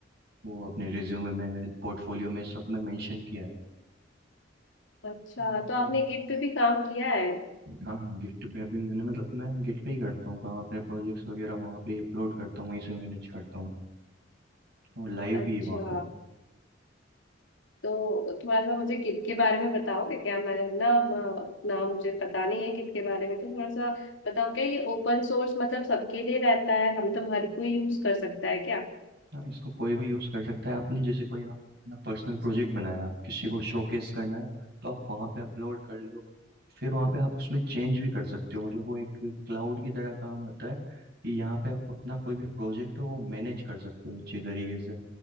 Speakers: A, on the right; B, on the left.
A: वो अपने रिज्यूमे में पोर्टफोलियो में सब में मेंशन किया है
B: अच्छा
A: और,
B: तो
A: और
B: आपने गिट पे भी काम किया है
A: हाँ हाँ गिट पे भी मैंने मतलब मैं गिट पे ही करता हूँ काम अपने प्रोजेक्ट्स वगैरह वहाँ पे ही अपलोड करता हूँ वहीं से मैनेज करता हूँ और लाइव
B: अच्छा
A: भी है वहाँ पे
B: तो थोड़ा सा मुझे गिद्ध के बारे में बताओगे क्या मैं ना म- ना मुझे पता नहीं है गिद्ध के बारे में तो थोड़ा सा बताओ क्या ये ओपन सोर्स मतलब सबके लिए रहता है हम मतलब हर कोई यूज कर सकता है क्या
A: हाँ इसको कोई भी यूज कर सकता है आपने जैसे कोई आप अपना पर्सनल प्रोजेक्ट बनाया किसी को शोकेस करना है तो आप वहां पे अपलोड कर लो फिर वहां पे आप उसमें चेंज भी कर सकते हो मतलब वो एक क्लाउड की तरह काम होता है कि यहाँ पे आप अपना कोई भी प्रोजेक्ट हो वो मैनेज कर सकते हो अच्छे तरीके से